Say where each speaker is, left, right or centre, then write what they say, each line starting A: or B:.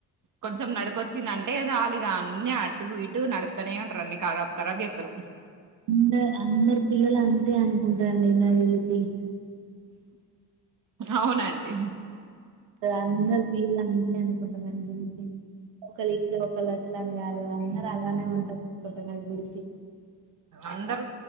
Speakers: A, on the right; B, on the right.
A: కొంచెం నడుకొచ్చ ది అంటే చాలు ఇ అన్ని అటు ఇటు నడుపుతానే ఉంటరు అన్ని కరాబ్ కరాబ్ చేస్తారు
B: అంద అందరు పిల్లలు అంతే అనుకుంటారండి నాకు తెలిసి
A: అవునండి
B: అందరు పిల్లలు అంతే అనుకుంటున్నాం దీనికి ఒకళ ఇట్ల ఒకళ్ళ అట్లాని కాదు అందరు అలానే ఉంటారు అనుకుంట నాకు తెలిసి
A: అందరు